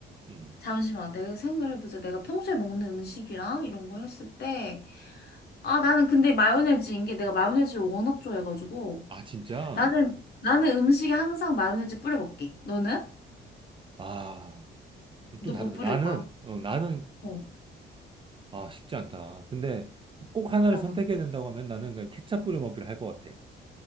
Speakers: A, on the right (about 25°); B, on the left (about 55°).
A: 음.
B: 잠시만, 내가 생각해보자. 내가 평소에 먹는 음식이랑 이런 거 했을 때, 아, 나는 근데 마요네즈인 게 내가 마요네즈를 워낙 좋아해가지고,
A: 아, 진짜?
B: 나는, 나는 음식에 항상 마요네즈 뿌려 먹기. 너는?
A: 아,
B: 너
A: 좀 다르다.
B: 못 뿌릴
A: 나는,
B: 거야.
A: 어, 나는,
B: 어,
A: 아, 쉽지 않다. 근데 꼭 하나를
B: 있잖아.
A: 선택해야 된다고 하면 나는 그냥 케찹 뿌려 먹기를 할 것 같아.